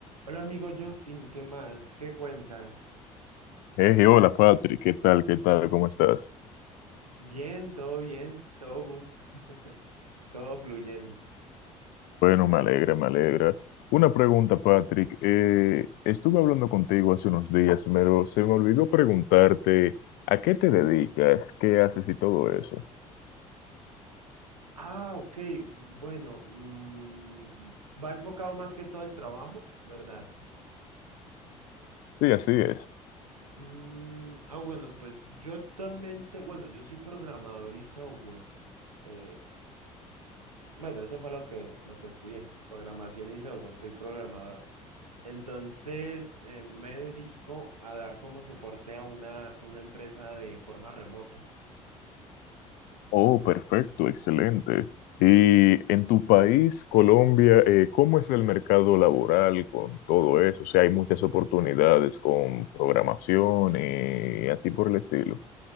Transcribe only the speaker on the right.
Hola amigo Justin, ¿qué más? ¿Qué cuentas?
Bien, todo bien, todo good, <laughs> todo fluyendo.
Ah, ok, bueno, mm, va enfocado más que todo al trabajo, ¿verdad?
Mm, ah, bueno, pues yo actualmente, bueno, yo soy programador y software. Eh, Bueno, eso fue lo que, lo que estudié, programación y software, soy programador. Entonces, eh, me dedico a dar como soporte a una, una empresa de forma remota.